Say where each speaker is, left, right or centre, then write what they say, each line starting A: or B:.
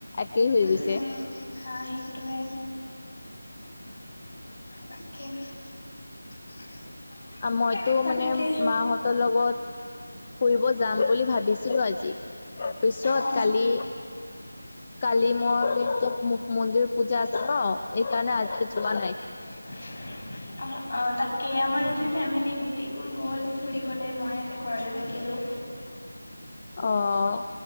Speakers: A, on the left; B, on the left.
A: একেই হৈ
B: উম
A: গৈছে
B: উম হা সেইটোৱে বাকী <inaudible>
A: আ মইতো
B: তাকে
A: মানে মাহঁতৰ লগত ফুৰিব যাম বুলি ভাবিছিলো আজি। পিছত
B: অ
A: কালি কালি মোৰ <unintelligible> মন্দিৰ পূজা আছিল ন? সেইকাৰণে আজি যোৱা নাই।
B: <unintelligible> অ অ তাকেই আমাৰ আজি ফেমিলি গোটেইবোৰ গ'ল ফুৰিবলে মই আজি ঘৰতে থাকিলোঁ।
A: অহ